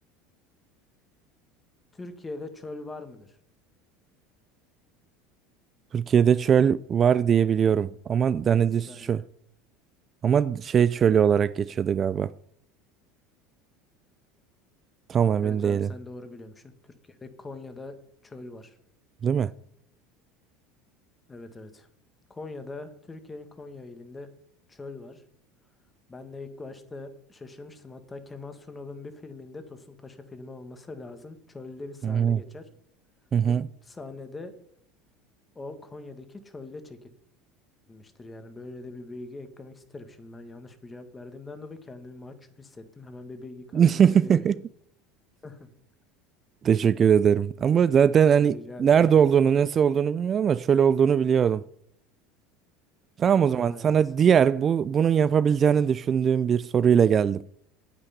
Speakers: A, on the left; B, on the right.
A: Türkiye'de çöl var mıdır?
B: Türkiye'de çöl var diye biliyorum. Ama Danediz
A: Saniye.
B: çöl. Ama şey çölü olarak geçiyordu galiba. Tam emin
A: Evet
B: değilim.
A: abi sen doğru biliyormuşsun. Türkiye'de Konya'da çöl var.
B: Değil mi?
A: Evet evet. Konya'da Türkiye'nin Konya ilinde çöl var. Ben de ilk başta şaşırmıştım. Hatta Kemal Sunal'ın bir filminde Tosun Paşa filmi olması lazım. Çölde bir sahne
B: Hı hı.
A: geçer.
B: Hı hı.
A: Bu sahnede o Konya'daki çölde çekilmiştir. Yani böyle de bir bilgi eklemek isterim. Şimdi ben yanlış bir cevap verdiğimden dolayı kendimi mahcup hissettim. Hemen bir bilgi katma
B: <laughs>
A: gereği duydum. <laughs>
B: Teşekkür ederim. Ama zaten hani
A: Rica
B: nerede
A: ederim.
B: olduğunu, nasıl olduğunu bilmiyorum ama şöyle olduğunu biliyordum. Tamam
A: Var
B: o zaman
A: var
B: sana
A: evet.
B: diğer bu bunun yapabileceğini düşündüğüm bir soruyla geldim.